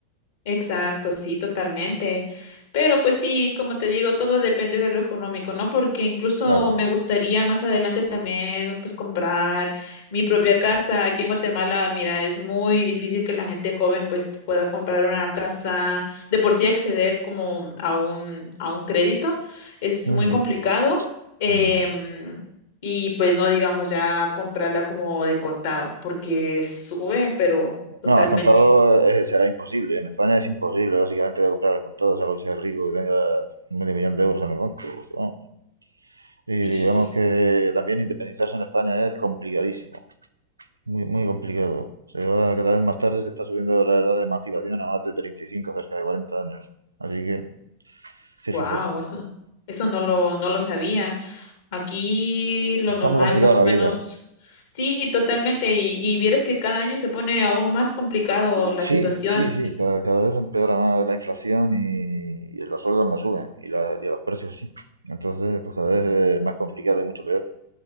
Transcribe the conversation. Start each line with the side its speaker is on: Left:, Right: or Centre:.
Left: Exacto, sí, totalmente. Pero pues sí, como te digo, todo depende de lo económico, ¿no? Porque incluso
Right: Claro.
Left: me gustaría más adelante también, pues, comprar mi propia casa. Aquí en Guatemala, mira, es muy difícil que la gente joven, pues, pueda comprar una casa, de por sí acceder como a un, a un crédito. Es
Right: Ujú,
Left: muy complicado. em,
Right: ujú.
Left: y pues no digamos ya comprarla como de contado, porque sube, pero totalmente.
Right: No, al contado eh, será imposible. En España es imposible, básicamente, de comprar al contado, salvo que seas rico y tengas medio millón de euros en el banco. ¿no? Y
Left: Sí.
Right: digamos que también independizarse en España es complicadísimo, muy, muy complicado. Se va cada vez más tarde, se está subiendo la edad de emancipación a más de 35, cerca de 40 años. Así que, fíjese,
Left: Wow, eso, eso no lo, no lo sabía. Aquí lo
Right: está
Left: normal,
Right: muy complicada
Left: más
Right: la
Left: o menos,
Right: vida.
Left: sí, totalmente. Y, y vieras que cada año se pone aún más complicado la
Right: Sí,
Left: situación.
Right: sí, sí, cada, cada vez empeora más la inflación y, y los sueldos no suben, y, la- y los precios sí. Entonces, pues cada vez es más complicado y mucho peor.